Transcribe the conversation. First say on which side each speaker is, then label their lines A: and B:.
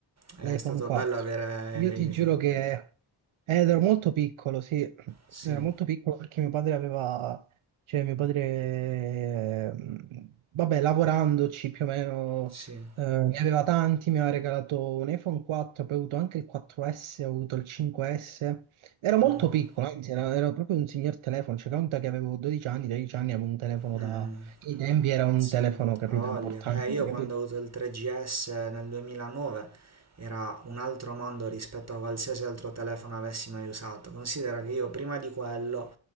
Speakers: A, on the right; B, on the right.
A: È
B: L'iPhone
A: stato
B: 4.
A: bello avere...
B: Io
A: eh,
B: ti giuro che eh, ed ero molto piccolo, sì,
A: Sì,
B: ero molto piccolo perché mio padre aveva, cioè mio padre, eh, vabbè, lavorandoci più o meno,
A: sì.
B: eh, ne aveva tanti, mi aveva regalato un iPhone 4, poi ho avuto anche il 4S, ho avuto il 5S. Ero molto
A: mm.
B: piccolo, anzi, era- ero, proprio un signor telefono, cioè conta che avevo 12 anni, 13 anni, avevo un telefono
A: Mm,
B: da...
A: mm,
B: I tempi era un
A: sì,
B: telefono, capito,
A: ha voglia.
B: importante,
A: Eh, io
B: capito?
A: quando ho avuto il 3GS nel 2009 era un altro mondo rispetto a qualsiasi altro telefono avessi mai usato. Considera che io prima di quello,